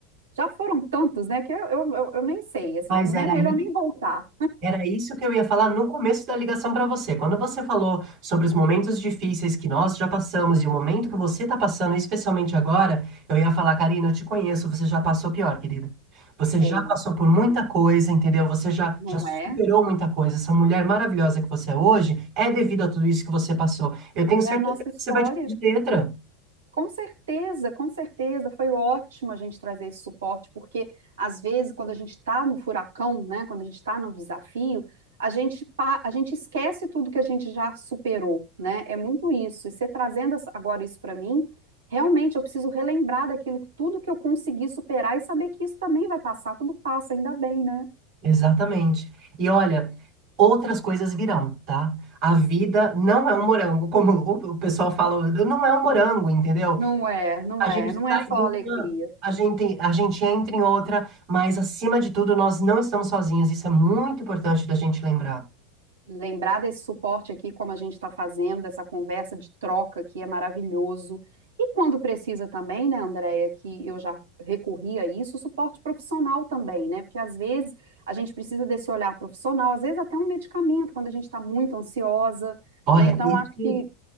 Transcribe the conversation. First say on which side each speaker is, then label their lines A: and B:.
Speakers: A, on the right; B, on the right.
A: já foram tantos, né, que eu, eu, eu eu nem sei, assim,
B: Mas
A: né,
B: era
A: melhor
B: aí,
A: nem voltar.
B: era isso que eu ia falar no começo da ligação para você. Quando você falou sobre os momentos difíceis que nós já passamos e o momento que você está passando, especialmente agora, eu ia falar, Karina, eu te conheço, você já passou pior, querida. Você
A: É
B: já
A: isso,
B: passou por muita coisa, entendeu? Você já,
A: não
B: já superou
A: é?
B: muita coisa. Essa mulher maravilhosa que você é hoje é devido a tudo isso que você passou. Eu tenho certeza
A: É a nossa
B: que
A: história.
B: você vai tirar de letra.
A: Com certeza, com certeza, foi ótimo a gente trazer esse suporte, porque às vezes, quando a gente está no furacão, né, quando a gente está no desafio, a gente, pa- a gente esquece tudo que a gente já superou, né? É muito isso. E você trazendo essa- agora isso para mim, realmente eu preciso relembrar daquilo que tudo que eu consegui superar e saber que isso também vai passar, tudo passa, ainda bem, né?
B: Exatamente. E olha, outras coisas virão, tá? A vida não é um morango, como o o pessoal fala, não é um morango, entendeu?
A: Não é, não
B: A gente
A: é, não é
B: sai
A: só
B: de
A: alegria.
B: uma, a gente, a gente entra em outra, mas acima de tudo, nós não estamos sozinhos. Isso é muito importante da gente lembrar.
A: lembrar desse suporte aqui, como a gente está fazendo, dessa conversa de troca aqui, é maravilhoso. E quando precisa também, né, Andréia, que eu já recorri a isso, suporte profissional também, né? Porque às vezes a gente precisa desse olhar profissional, às vezes até um medicamento, quando a gente está muito ansiosa,
B: Olha,
A: né? Então
B: esse
A: acho que